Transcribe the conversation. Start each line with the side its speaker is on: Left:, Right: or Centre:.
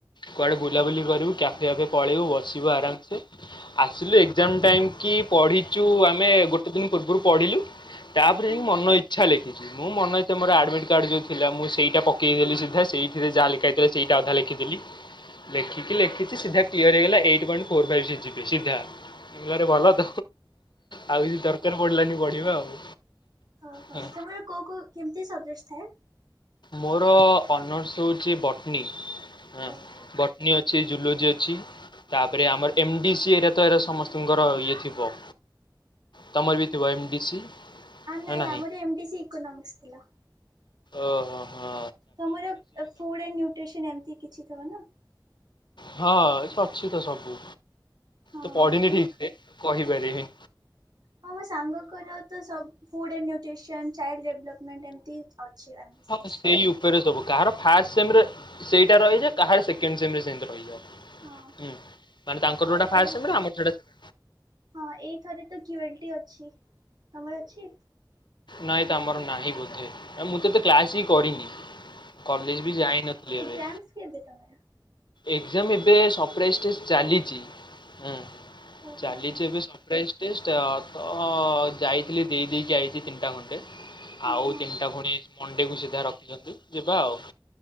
Left: କୁଆଡ଼େ ବୁଲାବୁଲି କରିବୁ କ୍ୟାଫେ କ୍ୟାଫେ ପଳେଇବୁ ବସିବୁ ଆରାମସେ। ଆସିଲୁ ଏକ୍ଜାମ ଟାଇମ କି ପଢିଛୁ ଆମେ ଗୋଟେ ଦିନ ପୂର୍ବରୁ ପଢିଲୁ। ତାପରେ
Right: ହଁ।
Left: ଯାଇକି ମନ ଇଚ୍ଛା ଲେ ମୁଁ ମନ ଇଚ୍ଛା ମୋର ଆଡମିଟ କାର୍ଡ ଯୋଉ ଥିଲା ମୁଁ ସେଇଟା ପକେଇଦେଲି ସିଧା ସେଇଥିରେ ଯାହା ଲେଖା ତ ସେଇଟା ଅଧା ଲେଖିଦେଲି। ଲେଖିକି ଲେଖିଛି ସିଧା କ୍ଳିଅର ହେଇଗଲା eight point four five C G P A ସିଧା। ଆରେ ଭଲ ତ ଆଉ କିଛି ଦରକାର ପଡିଲାନି ପଢିବା ଆଉ।
Right: ଓହୋ
Left: ହଁ।
Right: ତମର କୋଉ କୋଉ କେମିତି ସବଜେକଟ ଥାଏ?
Left: ମୋର ଅନର୍ସ ହଉଛି ବଟନୀ ହଁ,
Right: ଓହୋ।
Left: ବଟ ନି ଅଛି ଜୁଲୋଜି ଅଛି। ତାପରେ ଆମର ଏମ ଡି ସି ଏ ର ତ ଏରକ ସମସ୍ତଙ୍କର ଇଏ ଥିବ। ତମର ବି ଥିବ ଏମ ଡି ସି।
Right: ଆ ନାଇଁ
Left: ନା ନାହିଁ
Right: ଆମର ଏମ ଡି ସି ଇକୋନୋମିକ୍ସ ଥିଲା।
Left: ଓହୋ ହୋ ହ।
Right: ତମର ଫୁଡ ନ୍ୟୁଟ୍ରିସନ ଏମିତି କିଛି ଥବ ନା।
Left: ହଁ ଅଛି ତ ସବୁ।
Right: ହଁ।
Left: ତ ପଢିନି ଠିକ ସେ କହିପାରିବିନି।
Right: ହଁ ମୋ ସାଙ୍ଗଙ୍କର ତ ସବୁ food and nutrition child development ଏମିତି ଅଛି। ଡି ସି।
Left: ହଁ ସେୟୁ ସବୁ କାହାର ଫାଷ୍ଟ ସେମ୍ ରେ ସେଇଟା ରହିଯାଏ କାହାର ସେକଣ୍ଡ ସେମ୍ ସେମିତି ରହିଯାଏ।
Right: ହଁ
Left: ହୁଁ ମାନେ ତାଙ୍କର
Right: ଅ
Left: ଯୋଉଟା ଫାଷ୍ଟ
Right: ଏଇ
Left: ସେମ୍ ରେ ଆମର ସେଟା ସେ
Right: ହଁ ଏଇଥରେ ତ କ୍ୟୁ ଏଲ୍ ଟି ଅଛି ତମର ଅଛି?
Left: ନାଇଁ ତ ଆମର ନାହିଁ ବୋଧେ ମୁଁ ତ ଏତେ କ୍ଲାସ ହିଁ କରିନି। କଲେଜ ବି ଯାଇନଥିଲି
Right: ଏକ୍ଜାମସ୍
Left: ଏବେ।
Right: କେବେ ତମେ
Left: ଏକ୍ଜାମ ଏବେ ସରପ୍ରାଇଜ ଚାଲିଛି, ହିଁ।
Right: ଓହୋ
Left: ଚାଲିଛି
Right: ହଁ
Left: ଏବେ ସରପ୍ରାଇଜ ଟେଷ୍ଟ ତ ଯାଇଥିଲି ଦେଇ ଦେଇଦେଇକି ଆଇଛି ତିନିଟା ଖଣ୍ଟେ।
Right: ହଁ
Left: ଆଉ
Right: ହଁ
Left: ତିନିଟା ଖୁଣି ମଣ୍ଡେକୁ ସିଧା ରଖିଛନ୍ତି ଯିବା ଆଉ।